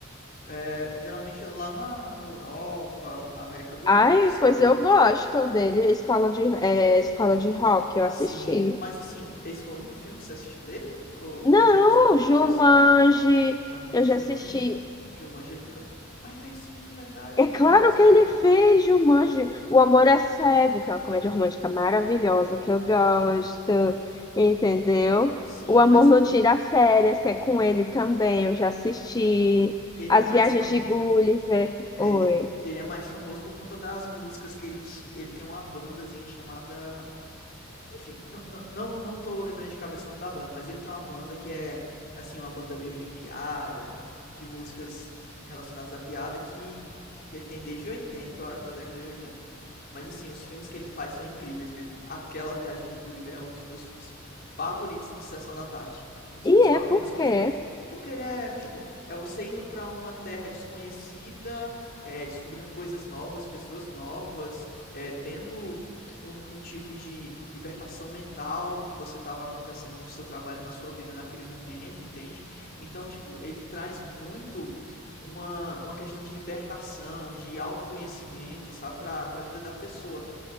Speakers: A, on the left (about 50°); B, on the left (about 20°).
A: é, geralmente é lá na, na Europa ou na América do
B: Ai,
A: Norte, sabe?
B: pois eu gosto dele. Escola de, é, Escola de Rock, eu assisti.
A: Sim, mas assim, esse foi o único filme que você assistiu dele? Ou,
B: Não,
A: quer dizer, os únicos
B: Jumanji,
A: dois? Aham.
B: eu
A: Jumanji?
B: já assisti.
A: Jumanji ele nunca. Ai, fez sim, verdade,
B: É
A: os
B: claro
A: novos,
B: que
A: né?
B: ele fez, Jumanji. O Amor é Cego, que é uma
A: Uhum.
B: comédia romântica maravilhosa que eu gosto, entendeu?
A: Sim,
B: O Amor
A: mas
B: Não Tira Férias, que é com ele também, eu já assisti.
A: ele
B: As
A: é mais
B: Viagens
A: famoso.
B: de Gulliver.
A: É,
B: Oi.
A: ele é mais famoso por conta das músicas que ele tinha. Ele tem uma bandazinha chamada Enfim, não, não, não, não tô lembrando de cabeça o nome da banda, mas ele tem uma banda que é, assim, uma banda meio de piada, de músicas relacionadas à piada que, que ele tem desde 80 eu acho, da década de oitenta Mas, assim, os filmes que ele faz são incríveis mesmo. Aquela Viagem de Gulliver é um dos meus filmes favoritos de Sessão da Tarde. Um dos meus
B: E
A: favoritos
B: é porque
A: mesmo. Porque ele é, tipo, é você indo pra uma terra desconhecida, é, descobrindo coisas novas, pessoas novas, é, tendo um, um tipo de libertação mental do que você estava acontecendo no seu trabalho, na sua vida naquele momento, entende? Então, tipo, ele traz muito uma, uma questão de libertação, de autoconhecimento, sabe? Pra, pra vida da pessoa.